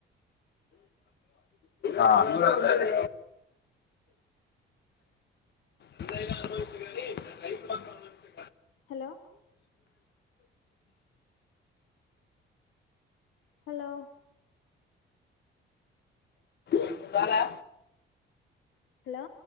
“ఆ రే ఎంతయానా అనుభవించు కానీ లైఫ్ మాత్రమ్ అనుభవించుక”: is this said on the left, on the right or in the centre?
Left